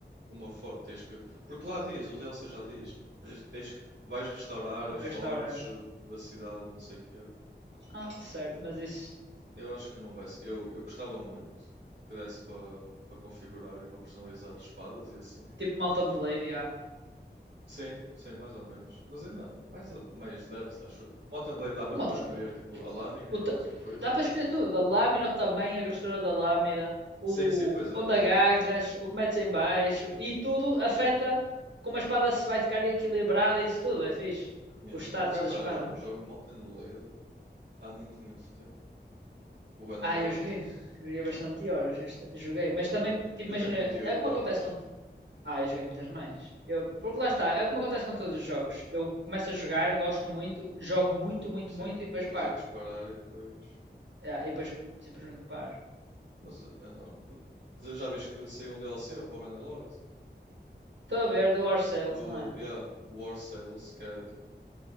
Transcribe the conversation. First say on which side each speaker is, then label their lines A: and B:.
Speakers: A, on the right; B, on the right.
A: uma Forge. Tens que. Porque lá diz, o DLC já diz. res- Tens, vais restaurar a Forge
B: Restaurar.
A: da cidade, não sei o quê.
B: Ah, certo, mas isso.
A: Eu acho que não vai ser. Eu, eu gostava muito que desse para para configurar e para personalizar espadas e assim.
B: Tipo Mountain Blade, yeah.
A: Sim, sim, mais ou menos. Mas ainda mais, a- mais depth, acho. eu. Mountain Blade dá mesmo
B: O Mountain
A: para escolher
B: Blade.
A: tipo a lâmina
B: O
A: e depois
B: ta-
A: o coisa
B: Dá
A: e
B: para
A: depois.
B: escolher tudo: da lâmina, o tamanho, a grossura da lâmina, o
A: Sim, sim, pois é,
B: onde
A: pois
B: agarras,
A: é.
B: o que metes em baixo, e tudo afeta como a espada se vai ficar equilibrada e isso tudo. É fixe.
A: Yeah.
B: Os status
A: Por acaso,
B: da espada.
A: olha, já não jogo Mountain Blade há muito, muito tempo. O Bannerlord.
B: Ah, eu joguei. Joguei bastante horas. gasta- Joguei. Mas também,
A: Eu,
B: tipo,
A: eu
B: imagina,
A: tenho vinte e oito
B: é como
A: horas.
B: acontece com. Ah, eu joguei muitas mais. Eu, porque lá está, é como acontece com todos os jogos. Eu começo a jogar, gosto muito, jogo muito, muito,
A: Sim,
B: muito e depois
A: e não consegues
B: paro.
A: parar e depois.
B: Ah, e depois simplesmente paro.
A: Mas é normal. Já já viste que saiu um DLC para o Bannerlord?
B: Estou a ver do War Sales,
A: Do,
B: não é?
A: yeah, War Sales, que é tipo.